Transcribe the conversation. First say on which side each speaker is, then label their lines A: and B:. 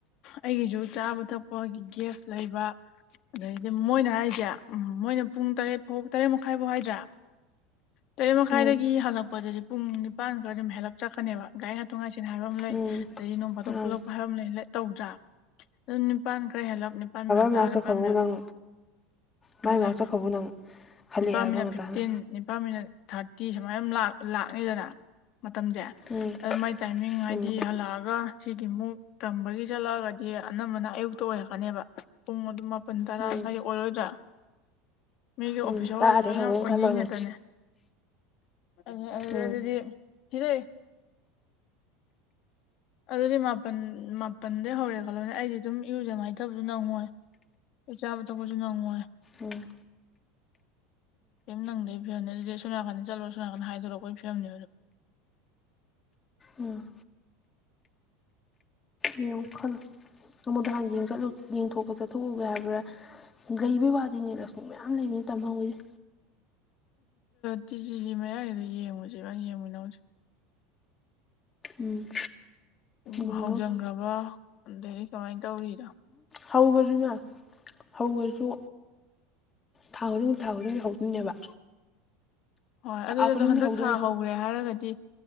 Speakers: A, on the left; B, on the left.
A: ꯑꯩꯒꯤꯁꯨ ꯆꯥꯕ ꯊꯛꯄꯒꯤ ꯒꯦꯁ ꯂꯩꯕ ꯑꯗꯩꯗꯤ ꯃꯣꯏꯅ ꯍꯥꯏꯁꯦ ꯎꯝ ꯃꯣꯏꯅ ꯄꯨꯡ ꯇꯔꯦꯠ ꯐꯥꯎ ꯇꯔꯦꯠ ꯃꯈꯥꯏ ꯐꯥꯎ ꯍꯥꯏꯁꯦ ꯇꯔꯦꯠ ꯃꯈꯥꯏꯗꯒꯤ
B: ꯎꯝ
A: ꯍꯜꯂꯛꯄꯗ ꯄꯨꯡ ꯅꯤꯄꯥꯟ ꯈꯔ ꯑꯗꯨꯝ ꯍꯦꯜꯂꯞ ꯆꯠꯀꯅꯦꯕ ꯒꯥꯔꯤ ꯉꯥꯛꯇ ꯉꯥꯏꯦ ꯀ ꯍꯥꯏꯕ ꯑꯃ ꯂꯩ
B: ꯎꯝ
A: ꯑꯗꯗꯒꯤ ꯅꯣꯡ ꯄꯥꯇꯣꯛ
B: ꯃꯥꯅꯤ
A: ꯄꯨꯂꯛꯄ ꯍꯥꯏꯕ ꯑꯃ ꯂꯩ ꯇꯧꯗ꯭ꯔꯥ ꯑꯗꯨꯝ ꯅꯤꯄꯥꯟ ꯈꯔꯦ ꯍꯂꯛ ꯅꯤꯄꯥꯟ
B: ꯅꯥꯛꯁꯛꯈꯕ
A: ꯇꯔꯥ ꯅꯤꯄꯥꯟ ꯃꯤꯅꯠ
B: ꯅꯪ ꯃꯥꯏ
A: ꯑꯗꯨꯅꯦ
B: ꯃꯅꯥꯛ ꯆꯠꯈ꯭ꯔꯕꯨ ꯅꯪ ꯈꯜꯂꯛꯑꯦ
A: ꯅꯤꯄꯥꯜ
B: ꯍꯥꯏꯕ
A: ꯃꯤꯅꯠ
B: ꯉꯟꯇꯥꯅ
A: ꯐꯤꯞꯇꯤꯟ ꯅꯤꯄꯥꯜ ꯃꯤꯅꯠ ꯊꯥꯔꯇꯤ ꯁꯨꯃꯥꯏꯅ ꯂꯥꯛꯅꯤꯗꯅ ꯃꯇꯝꯁꯦ
B: ꯎꯝ
A: ꯑꯗ ꯃꯥꯏ ꯇꯥꯏꯃꯤꯡ ꯍꯥꯏꯗꯤ
B: ꯎꯝ
A: ꯍꯜꯂꯛꯑꯒ ꯁꯤꯒꯤꯃꯨꯛ ꯇꯝꯕꯒꯤ ꯆꯠꯂꯛꯑꯒꯗꯤ ꯑꯅꯝꯕꯅ ꯑꯌꯨꯛꯇ ꯑꯣꯏꯔꯛꯀꯅꯦꯕ ꯄꯨꯡ ꯑꯗꯨꯝ ꯄꯟ ꯇꯔꯥ
B: ꯎꯝ
A: ꯁ꯭ꯋꯥꯏ ꯑꯣꯏꯔꯣꯏꯗ꯭ꯔꯥ ꯃꯤꯒꯤ ꯑꯣꯐꯤꯁ
B: ꯎꯝ
A: ꯑꯋꯥꯗ
B: ꯇꯥꯗꯦ
A: ꯂꯣꯏꯅ
B: ꯍꯧꯋꯦꯅ
A: ꯑꯣꯏꯅꯩ
B: ꯈꯜꯂꯣꯅꯦ
A: ꯉꯥꯛꯇꯅꯦ ꯑ ꯑꯗꯨꯗꯤ
B: ꯎꯝ
A: ꯁꯤꯔꯦ ꯑꯗꯨꯗꯤ ꯃꯥꯄꯜ ꯃꯥꯄꯜꯗꯩ ꯍꯧꯔꯦ ꯈꯜꯂꯣꯅꯦ ꯑꯩꯗꯤ ꯑꯗꯨꯝ ꯏꯔꯨꯗꯃꯥꯏꯅ ꯇꯧꯕꯗꯨ ꯅꯪꯉꯣꯏ ꯏ ꯆꯥꯕꯗ ꯀꯁꯨ ꯅꯉꯦ
B: ꯎꯝ
A: ꯀ ꯅꯪꯒꯦ ꯐꯤꯝꯅꯦ ꯑꯗꯨꯗꯤ ꯁꯣꯝꯅꯥꯀꯟꯗ ꯆꯠꯂꯣ ꯁꯣꯅꯥꯀꯟꯗ ꯍꯥꯏꯗꯣꯔꯛꯑꯣ ꯑꯩꯣꯏ ꯐꯤꯕꯝꯅꯤ ꯑꯗꯣ
B: ꯎꯝ ꯌꯦꯡꯉꯨ ꯈꯜꯂ ꯑꯃꯨꯗ ꯍꯥꯟꯅ ꯌꯦꯡꯊꯣꯛꯄ ꯆꯠꯊꯣꯛꯎꯒꯦ ꯍꯥꯏꯕ꯭ꯔꯥ ꯂꯩꯕꯩ ꯋꯥꯗꯤꯅꯦ ꯂꯛꯁꯃꯤ ꯃꯌꯥꯝ ꯂꯩꯕꯅꯤ ꯇꯝꯍꯧꯕꯁꯦ
A: ꯇꯤ ꯖꯤꯖꯤ ꯃꯌꯥꯒꯤꯗ ꯌꯦꯡꯉꯨ ꯖꯤꯕꯥꯅ ꯌꯦꯡꯉꯨ ꯅꯪꯁ
B: ꯎꯝ
A: ꯎ
B: ꯗꯣꯃꯤꯅꯣꯁ
A: ꯍꯧꯖꯪꯈ꯭ꯔꯕ ꯑꯗꯒꯤ ꯀꯃꯥꯏꯅ ꯇꯧꯔꯤꯅ
B: ꯍꯧꯈ꯭ꯔꯁꯨꯅꯦ ꯍꯧꯈ꯭ꯔꯁꯨ ꯊꯥ ꯈꯨꯗꯤꯡꯛꯇ ꯊꯥ ꯈꯨꯗꯤꯡꯗꯒꯤ ꯍꯧꯗꯣꯏꯅꯦꯕ
A: ꯍꯣꯏ
B: ꯊꯥ
A: ꯑꯗꯨꯗꯣ
B: ꯈꯨꯗꯤꯡꯒꯤ
A: ꯍꯟꯗꯛ
B: ꯍꯧꯗꯣꯏꯅꯦ
A: ꯊꯥ ꯍꯧꯈ꯭ꯔꯦ ꯍꯥꯏꯔꯒꯗꯤ